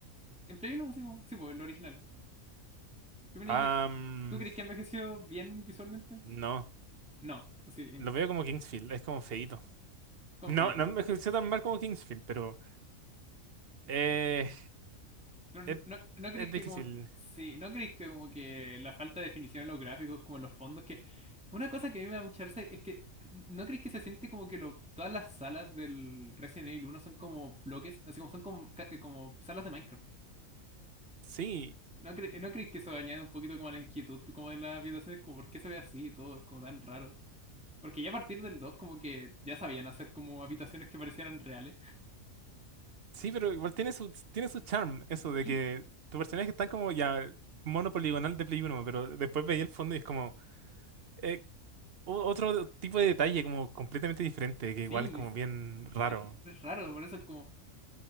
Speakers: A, in the centre; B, on the right (about 50°).
A: en Play uno así como, sí, pues el original. ¿Qué opináis
B: Am,
A: de... ¿Tú crees que ha envejecido bien visualmente?
B: no,
A: No, así, en,
B: lo veo como Kingsfield, es como feíto.
A: con
B: No,
A: feito.
B: no me ejerció tan mal como Kingsfield, pero eh,
A: Pero no,
B: es,
A: no, ¿no creéis
B: es difícil.
A: que como sí, no creéis que como que la falta de definición en los gráficos, como en los fondos, que una cosa que a mí me da mucha risa es que no creéis que se siente como que lo, todas las salas del Resident Evil uno son como bloques, así como son como, ca- eh, como salas de Minecraft.
B: Sí,
A: ¿No cre- no creéis que eso añade un poquito como a la inquietud como de las habitaciones, como por qué se ve así y todo, es como tan raro? Porque ya a partir del 2 como que ya sabían hacer como habitaciones que parecieran reales.
B: Sí, pero igual tiene su, tiene su charm, eso
A: Sí,
B: de que tus personajes están como ya mono poligonal de Play uno, pero después veía el fondo y es como eh, o- otro tipo de detalle como completamente diferente, que
A: sí,
B: igual es
A: ni-
B: como
A: si,
B: bien raro.
A: es, es raro, por eso es como